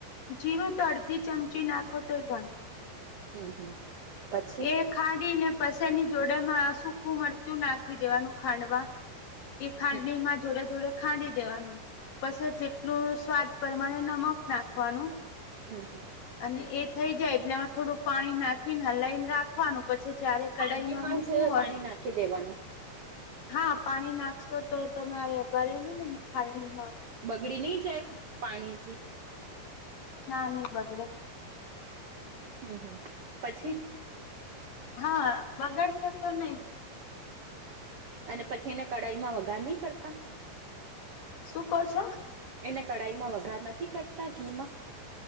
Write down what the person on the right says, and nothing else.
હમ હમ. પછી
હમ
હમ
હમ હમ.
ખાંડવીમાં
જ
પાણી નાખી દેવાનું
બગડી નહી જાય પાણીથી?
હમ હમ પછી?
અને પછી એને કઢાઈ માં વઘાર નહી કરતા?
એને કઢાઈમાં વઘાર નથી કરતા ઘી માં?